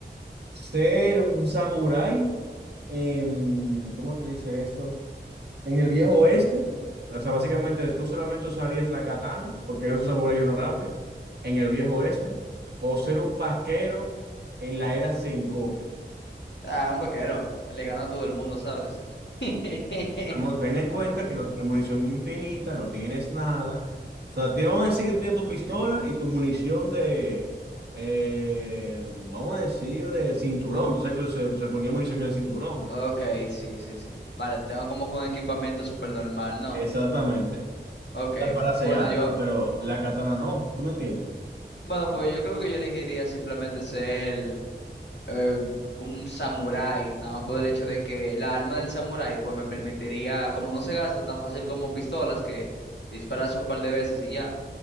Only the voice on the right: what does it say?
ser un samurái en, ¿cómo te dice esto? En el viejo oeste. O sea, básicamente tú solamente usarías la katana, porque eres un samurái honorable, en el viejo oeste, o ser un vaquero en la era Sengoku.
Vamos, ten en cuenta que no tienes munición infinita, no tienes nada. O sea, te vamos a decir que tú tienes tu pistola y tu munición de, eh, vamos a decir, de cinturón. Tú sabes que se, se ponía munición en el cinturón.
Exactamente.
Las balas se
gastan,
pero la katana no, ¿tú me entiendes?